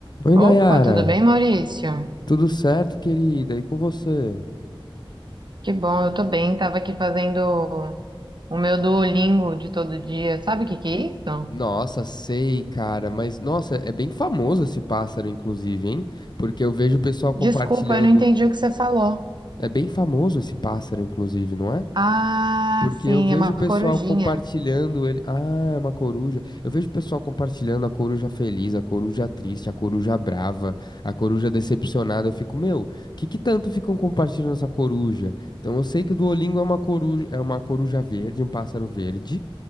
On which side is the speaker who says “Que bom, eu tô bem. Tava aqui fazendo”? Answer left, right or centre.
Right